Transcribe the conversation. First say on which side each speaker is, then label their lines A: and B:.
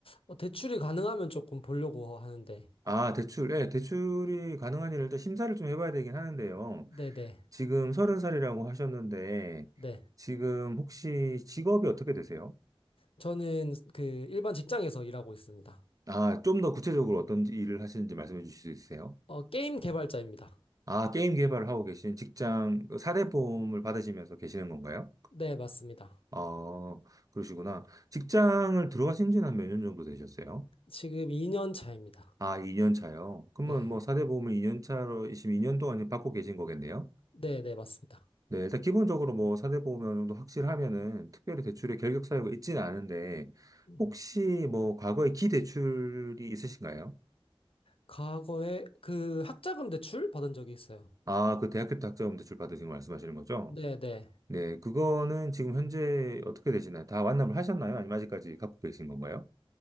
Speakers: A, on the left (about 70°); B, on the right (about 35°).
A: 어, 대출이 가능하면 조금 보려고 하는데.
B: 아, 대출, 예, 대출이 가능한 일을 일단 심사를 좀 해봐야 되긴 하는데요.
A: 네, 네.
B: 지금 서른 살이라고 하셨는데,
A: 네.
B: 지금 혹시 직업이 어떻게 되세요?
A: 저는 그 일반 직장에서 일하고 있습니다.
B: 아, 좀 더 구체적으로 어떤 일을 하시는지 말씀해 주실 수 있으세요?
A: 어, 게임 개발자입니다.
B: 아, 게임 개발을 하고 계신 직장, 사대 보험을 받으시면서 계시는 건가요?
A: 네, 맞습니다.
B: 어, 그러시구나. 직장을 들어가신 지는 한 몇 년 정도 되셨어요?
A: 지금 2년 차입니다.
B: 아, 2년 차요. 그러면
A: 네.
B: 뭐 사대 보험을 2년 차로 지금 2년 동안 지금 받고 계신 거겠네요.
A: 네, 네, 맞습니다.
B: 네, 일단 기본적으로 뭐 사대 보험 어느 정도 확실하면은 특별히 대출의 결격 사유가 있지는 않은데
A: 음.
B: 혹시 뭐 과거에 기대출이 있으신가요?
A: 과거에 그 학자금 대출 받은 적이 있어요.
B: 아, 그 대학교 때 학자금 대출 받으신 거 말씀하시는 거죠?
A: 네, 네.
B: 네, 그거는 지금 현재 어떻게 되시나요? 다 완납을 하셨나요? 아니면 아직까지 갖고 계신 건가요?